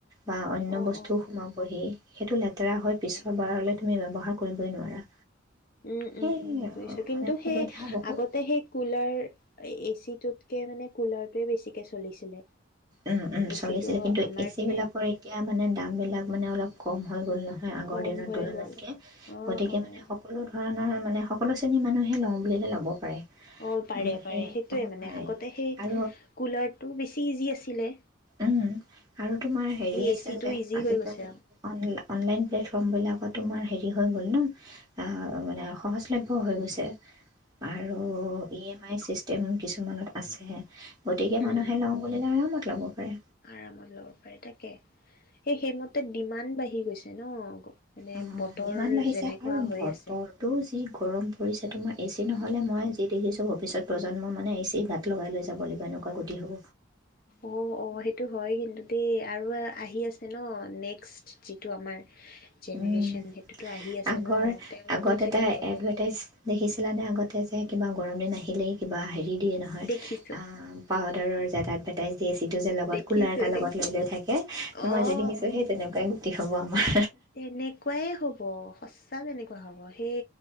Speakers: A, on the right (about 20°); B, on the left (about 45°).
A: বা অন্য
B: অ
A: বস্তু
B: অ অ
A: সোমাবহি সেইটো লেতেৰা হয়
B: তাকে
A: পিছৰ বাৰলৈ তুমি নবহা কৰিবই নোৱাৰা
B: উম
A: সেই
B: উম উম বুজিছো কিন্তু
A: মানে সুবিধা
B: সেই
A: বহুত
B: আগতে সেই কুলাৰ এচিত তুতকে মানে কুলাৰতোৱে বেছিকে চলিছিলে
A: উম উম
B: এচিটো
A: চলিছিলে কিন্তু
B: আমাৰ
A: এচি
B: পিনে
A: বিলাকৰ এতিয়া মানে দাম বিলাক মানে অলপ কম হৈ গ'ল আগৰ
B: কম
A: দিনৰ
B: হৈ
A: তুলনাতকে
B: গ'ল অ
A: গতিকে
B: অ
A: মানে সকলো ধৰণৰ মানে সকলো শ্ৰেণীৰ মানুহে লওঁ বুলিলে ল'ব পাৰে
B: অ পাৰে
A: উম,
B: পাৰে
A: সেই
B: সেইটোয়ে
A: ল'ব
B: মানে
A: পাৰে
B: আগতে সেই
A: আৰু
B: কুলাৰটো বেছি ইজি আছিল লে
A: উম আৰু তোমাৰ হেৰি আছে
B: এচিটো
A: যে
B: ইজি
A: আজিকালি
B: হৈ গৈছে
A: অনলাইন প্লেটফৰ্ম বিলাকত তোমাৰ হেৰি হৈ গ'ল ন আহ মানে সহজলভ্য হৈ গৈছে আৰু ই এম আই চিষ্ট কিছুমানত আছে গতিকে
B: উম
A: মানুহে লওঁ বুলিলে আৰামত লব পাৰে।
B: আৰামত লব পাৰে তাকে <inaudible> সেই সেইমতে ডিমাণ্ড বাঢ়ি গৈছে ন মানে
A: অ
B: বতৰ
A: যিমান বাঢ়িছে
B: যেনেকুৱা
A: আৰু
B: হৈ
A: বতৰটো
B: আছে
A: যি গৰম পৰিছে তোমাৰ এচি নহলে
B: উম
A: মই যি দেখিছোঁ ভৱিষ্যত প্ৰজন্ম মানে এ চি গাত লগাই লৈ যাব লাগিব এনেকুৱা গতি হ'ব
B: অ অ সেইটো হয় কিন্তু দেই আৰু আহি আছে ন নেক্সট যিটো আমাৰ জেনেৰেশ্যন
A: উম,
B: সেইটোতো আহি আছে
A: আগৰ
B: ন তেওঁলোকৰ
A: আগত
B: যে
A: এটা
B: কি হব
A: এডভাৰটাইজ দেখিছিলানে আগতে যে কিবা গৰম দিন আহিলেই কিবা আহে দি দিয়ে নহয়
B: দেখিছো
A: আ পাৱোদাৰৰ যে এটা অদ্ভাৰতাইছ দিয়ে এচিটো যে লগত
B: দেখিছো
A: কোলাৰ এটা লগত
B: দেখিছো
A: লৈ লৈ থাকে
B: অ
A: মই যি দেখিছোঁ
B: অ
A: সেই তেনেকুৱাই <unintelligible> কি হ'ব আমাৰ
B: তেনেকুৱাই হ'ব সচ চা তেনেকুৱা হ'ব সেই